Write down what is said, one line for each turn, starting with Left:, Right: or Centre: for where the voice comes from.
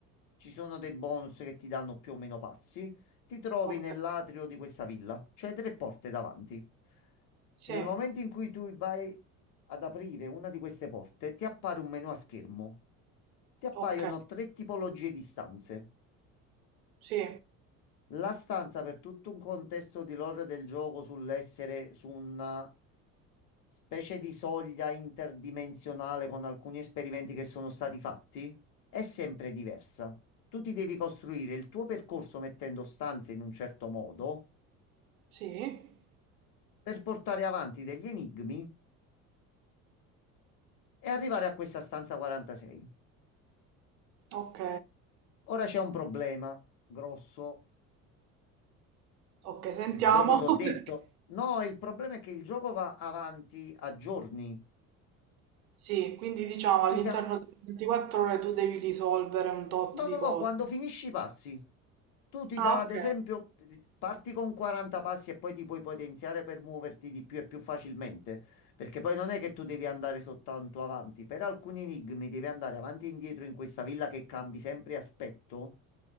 Left: ci sono dei bonus che ti danno più o meno passi, ti trovi
Right: Ok.
Left: nell'atrio di questa villa, c'hai tre porte davanti.
Right: Sì.
Left: Nel momento in cui tu vai ad aprire una di queste porte, ti appare un menu a schermo. Ti appaiono
Right: Ok.
Left: tre tipologie di stanze.
Right: Sì.
Left: La stanza per tutto un contesto di lore del gioco sull'essere su un specie di soglia interdimensionale con alcuni esperimenti che sono stati fatti, è sempre diversa. Tu ti devi costruire il tuo percorso mettendo stanze in un certo modo
Right: Sì.
Left: per portare avanti degli enigmi e arrivare a questa stanza 46.
Right: Ok.
Left: Ora c'è un problema grosso.
Right: Ok, sentiamo.
Left: Il gioco t'ho detto.
Right: <laughs>
Left: No, il problema è che il gioco va avanti a giorni.
Right: Sì, quindi diciamo all'interno
Left: Noi siamo,
Right: delle 24 ore tu devi risolvere un tot
Left: No,
Right: di
Left: no,
Right: cose.
Left: no, quando finisci i passi, tu ti
Right: Ah,
Left: dà, ad
Right: ok.
Left: esempio, parti con 40 passi e poi ti puoi potenziare per muoverti di più e più facilmente, perché poi non è che tu devi andare soltanto avanti, per alcuni enigmi devi andare avanti e indietro in questa villa che cambi sempre aspetto